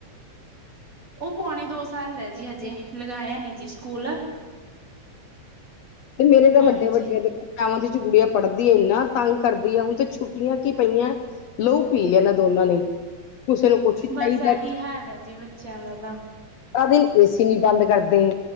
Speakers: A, on the right (about 25°); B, on the left (about 70°).
A: ਉਹ ਪੁਆਣੇ ਦੋ ਸਾਲ ਦਾ ਜੀ ਹਜੇ, ਲਗਾਇਆ ਨੀ ਜੀ ਸਕੂਲ
B: ਤੇ, ਮੇਰੇ ਤਾਂ
A: ਹਾਂਜੀ
B: ਵੱਡੇ-ਵੱਡੇ ਹੈਗੇ। ਗਿਆਰਵੀਂ 'ਚ ਗੁੜੀਆਂ ਪੜ੍ਹਦੀ ਹੈ, ਇੰਨਾ ਤੰਗ ਕਰਦੀ ਹੈ। ਹੁਣ ਤੇ ਛੁੱਟੀਆਂ ਕੀ ਪਈਆਂ ਲੋਹ ਪੀ ਲਿਆ ਇਨਾ ਦੋਨਾਂ ਨੇ, ਕਿਸੇ ਨੂੰ ਕੁਛ ਚਾਹੀਦਾ
A: ਬਸ ਆਹੀ ਹਾਲ ਹੈ ਜੀ, ਬੱਚਿਆਂ ਦਾ ਤਾਂ
B: ਕਦੀ ਏਸੀ ਨੀ ਬੰਦ ਕਰਦੇ,